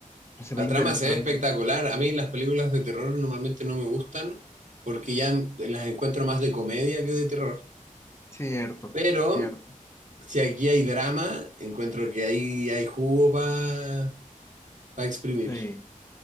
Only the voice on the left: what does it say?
se
ve interesante.
Cierto,
cierto.
Sí.